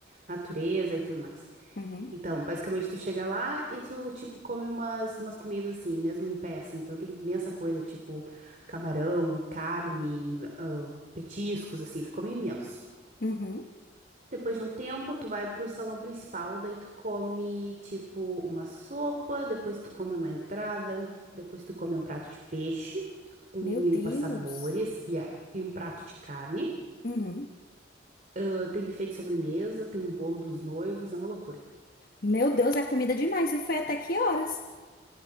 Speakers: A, on the right (about 45°); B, on the left (about 50°).
A: natureza e tudo mais.
B: uhum,
A: Então, basicamente, tu chega lá e tu, tipo, come umas, umas comidas assim, mesmo em pé, assim. Então, tem imensa coisa, tipo, camarão e carne, ah, petiscos, assim, tu come imenso.
B: uhum.
A: Depois de um tempo, tu vai pro salão principal, daí tu come, tipo, uma sopa, depois tu come uma entrada, depois tu come um prato de peixe, um
B: Meu
A: limpa-sabores
B: Deus.
A: e, é, e um prato de carne.
B: Uhum.
A: Ah, tem buffet de sobremesa, tem o bolo dos noivos, é uma loucura.
B: Meu Deus, é comida demais. E foi até que horas?